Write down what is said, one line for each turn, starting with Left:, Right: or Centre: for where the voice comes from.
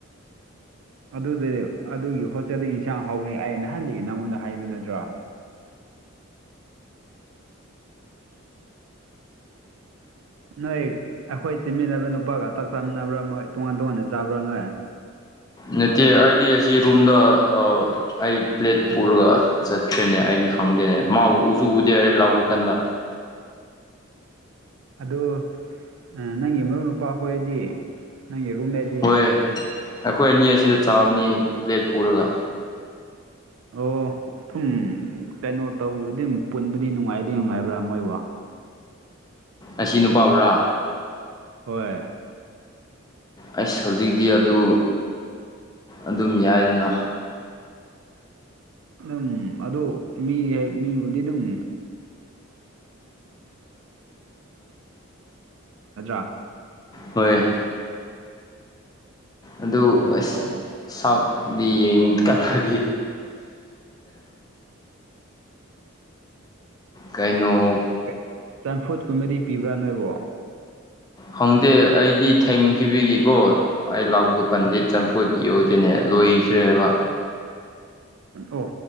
Right: ꯑꯗꯨꯗꯤ ꯑꯗꯨꯒꯤ ꯍꯣꯁꯇꯦꯜꯗꯤ ꯏꯟꯁꯥꯡ ꯍꯧꯕꯅꯤ ꯑꯩ ꯅꯍꯥꯟꯗꯒꯤ ꯅꯪꯉꯣꯟꯗ ꯍꯥꯏꯕ ꯅꯠꯇ꯭ꯔꯣ ꯅꯣꯏ ꯑꯩꯈꯣꯏ ꯆꯤꯟꯃꯤꯟꯅꯕ ꯅꯨꯄꯥꯒ ꯆꯥꯛ ꯆꯥꯃꯤꯟꯅꯕ꯭ꯔꯥ ꯃꯣꯏ ꯇꯣꯉꯥꯟ ꯇꯣꯉꯥꯟꯅ ꯆꯥꯕ꯭ꯔꯥ ꯅꯣꯏ
Left: ꯅꯠꯇꯦ ꯑꯩꯗꯤ ꯑꯁꯤ ꯔꯨꯝꯗ ꯑ ꯑꯩ ꯄ꯭ꯂꯦꯠ ꯄꯨꯔꯒ ꯆꯠꯈ꯭ꯔꯦꯅꯦ ꯑꯩꯗꯤ ꯈꯪꯗꯦꯅꯦ ꯃꯥꯕꯨ ꯎꯁꯨ ꯎꯗꯦ ꯍꯥꯏ ꯂꯥꯎꯕ ꯀꯥꯟꯗ
Right: ꯑꯗꯨ ꯑ ꯅꯪꯒꯤ ꯃꯔꯨꯞ ꯅꯨꯨꯄꯥ ꯍꯣꯏꯗꯤ ꯅꯪꯒꯤ ꯔꯨꯝꯃꯦꯗꯤ
Left: ꯍꯣꯏ ꯑꯩꯈꯣꯏ ꯑꯅꯤ ꯑꯁꯤꯗ ꯆꯥꯕꯅꯤ ꯄ꯭ꯂꯦꯠ ꯄꯨꯔꯒ
Right: ꯑꯣ ꯊꯨꯝ ꯀꯩꯅꯣ ꯇꯧꯕꯗꯤꯝ ꯄꯨꯟꯕꯨꯗꯤ ꯅꯨꯡꯉꯥꯏꯗꯤ ꯅꯨꯡꯉꯥꯏꯕ꯭ꯔꯥ ꯃꯣꯏꯕꯨ
Left: ꯑꯁꯤ ꯅꯨꯄꯥꯕꯨꯔꯥ
Right: ꯍꯣꯏ
Left: ꯑꯩꯁ ꯍꯧꯖꯤꯛꯇꯤ ꯑꯗꯨ ꯑꯗꯨꯝ ꯌꯥꯏꯅ
Right: ꯅꯪ ꯑꯗꯨ ꯃꯤꯌꯦ ꯃꯤꯕꯨꯗꯤ ꯑꯗꯨꯝ <unintelligible>
Left: ꯍꯣꯏꯌꯦ ꯑꯗꯨ
Right: ꯑꯣ
Left: ꯑꯩꯁ
Right: ꯑꯣ
Left: ꯁꯥꯎꯠꯗꯤ ꯌꯦꯡ ꯀꯥꯟꯗꯗꯤ ꯀꯩꯅꯣ
Right: ꯀꯦ ꯆꯝꯐꯨꯠꯀꯨꯝꯕꯗꯤ ꯄꯤꯕ꯭ꯔꯥ ꯅꯣꯏꯕꯣ
Left: ꯈꯪꯗꯦ ꯑꯩꯗꯤ ꯊꯦꯡꯈꯤꯕꯤꯒꯤꯀꯣ ꯑꯩ ꯂꯥꯎꯕ ꯀꯥꯟꯗꯤ ꯆꯝꯐꯨꯠ ꯌꯣꯗꯤꯅꯦ ꯂꯣꯏꯈ꯭ꯔꯦꯕ
Right: ꯑꯣ